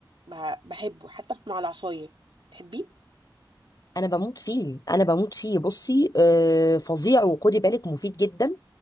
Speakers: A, on the right; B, on the left.
A: ب... بحبه حتى مع العصايه تحبيه
B: انا بموت فيه انا بموت فيه بصي آه فظيع وخدي بالك مفيد جدا